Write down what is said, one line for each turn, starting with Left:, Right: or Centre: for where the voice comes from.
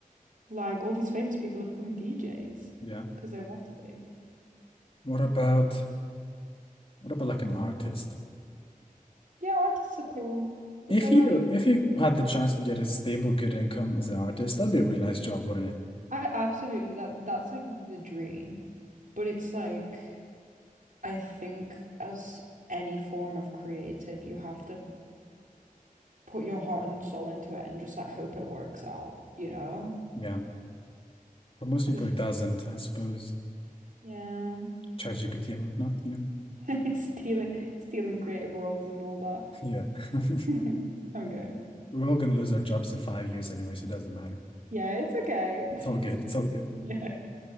Right: Like all these famous people are becoming DJs
Left: yeah.
Right: because they want to be.
Left: What about what about like an artist?
Right: Yeah, artists are cool, but
Left: If
Right: they're
Left: you
Right: like
Left: if you had the chance to get a stable, good income as an artist, that'd be a really nice job, wouldn't it?
Right: I absolutely that that's like the dream. But it's like I think as any form of creative, you have to put your heart and soul into it and just like hope it works out, you know?
Left: Yeah. But most
Right: Because
Left: people it doesn't, I suppose.
Right: yeah,
Left: ChatGPT and whatnot, you know?
Right: <laughs> stealing stealing creative roles and all that.
Left: Yeah. <laughs>
Right: <laughs> Okay.
Left: We're all gonna lose our jobs in five years anyway, so it doesn't matter.
Right: Yeah, it's okay.
Left: It's all good. It's all good.
Right: <laughs> Yeah.